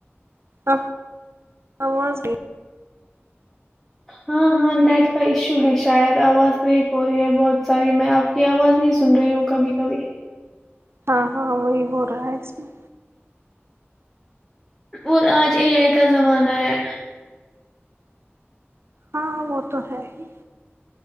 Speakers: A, on the right; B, in the centre.
A: ا آواز بھی
B: ہاں ہاں نیٹ کا ایشو ہے شاید آواز بریک ہو رہی ہے بہت ساری میں آپ کی آواز نہیں سن رہی ہوں کبھی کبھی
A: ہاں ہاں وہی ہو رہا ہے اس میں
B: اور آج اے آئی کا زمانہ ہے
A: ہاں وہ تو ہے ہی